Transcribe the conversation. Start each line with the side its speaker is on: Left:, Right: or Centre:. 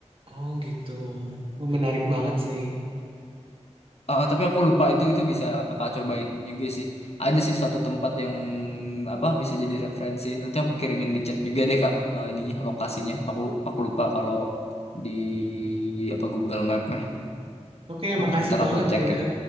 Right: Oh, gitu. Oh, menarik banget sih.
Left: Ah, tapi aku lupa itu itu bisa kakak cobain juga sih. Ada sih satu tempat yang apa bisa jadi referensi. Nanti aku kirimin di chat juga deh Kak eh, ininya lokasinya. Aku aku lupa kalau di apa Google Map mah.
Right: Oke,
Left: Eh,
Right: makasih
Left: ntar
Right: banget
Left: aku cekin.
Right: ya.